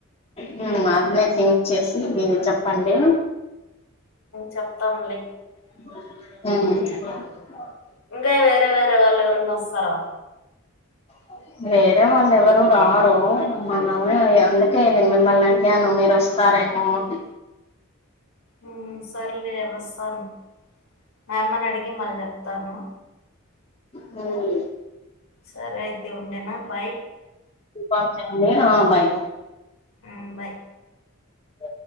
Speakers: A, on the left; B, on the left.
A: మ్మ్ ఆడ్నే థింక్ చేసి చెప్పండీ
B: చెప్తంలే
A: మ్మ్
B: ఇంగా వేరే వేరే వాళ్ళ ఎవరున్నొస్తరా?
A: అ వేరే వాళ్ళు ఎవరూ రారూ, మనమే అందుకే నేను మిమ్మల్ని అడిగాను మీరు వస్తారే మో అని
B: మ్ఁ సర్లే వస్తాను మా అమ్మని అడి గి మళ్ళ్ చెప్తానూ.
A: హ్మ్ఁ
B: సరే అయితే ఉండేనా బై
A: ఆ సరే నేనా బాయ్
B: మ్ బాయ్.
A: య